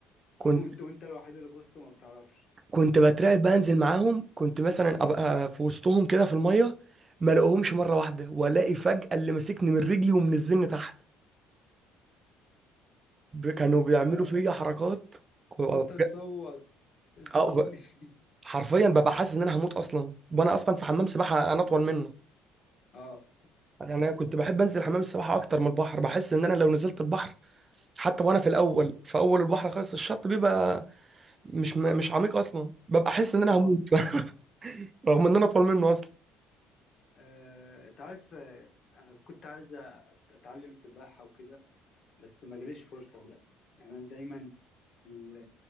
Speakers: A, on the left (about 45°); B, on the right (about 30°).
A: <laughs>
B: كنت
A: وانت وانت الوحيد اللي في وسطه ما بتعرفش
B: كنت بترعب بنزل معاهم كنت مثلا ابقى في وسطهم كده في الميه ما الاقيهمش مره واحده والاقي فجاه اللي ماسكني من رجلي ومنزلني تحت ب- كانوا بيعملوا
A: آه.
B: فيا حركات
A: <laughs>
B: ك- اه
A: وانت تصوت الحقوني
B: ب-
A: <laughs>
B: حرفيا ببقى حاسس ان انا هموت اصلا وانا اصلا في حمام سباحه انا اطول منه
A: اه
B: يعني انا كنت بحب انزل حمام السباحه اكتر من البحر بحس ان انا لو نزلت البحر حتى وانا في الاول في اول البحر خالص الشط بيبقى مش مش عميق اصلا ببقى احس ان انا
A: اه
B: هموت <laughs> رغم ان انا اطول منه اصلا
A: آه، انت عارف آه، كنت عايز اتعلم سباحة وكده بس ما جاليش فرصة للأسف يعني انا دايما ال-